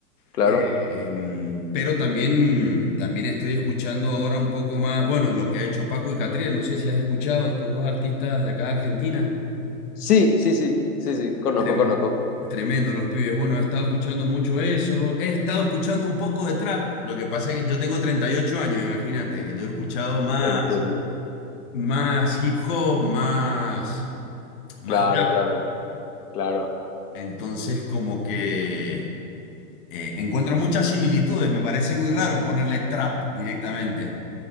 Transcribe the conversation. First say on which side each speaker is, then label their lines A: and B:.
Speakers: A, on the left; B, on the left.
A: Claro.
B: eh, em, pero también, también estoy escuchando ahora un poco más, bueno, lo que ha hecho Paco y Catriel, no sé si has escuchado estos dos artistas de acá de Argentina.
A: Sí, sí, sí. Sí, sí. Conozco,
B: Trem-
A: conozco.
B: Tremendo, los pibes. Bueno, he estado escuchando mucho eso. He estado escuchando un poco de trap. Lo que pasa es que yo tengo 38 años, imagínate. Yo he escuchado más,
A: Entiendo.
B: más hip hop, más, más
A: Claro,
B: rap.
A: claro, claro.
B: Entonces, como que eh, encuentro muchas similitudes. Me parece muy raro ponerle trap directamente.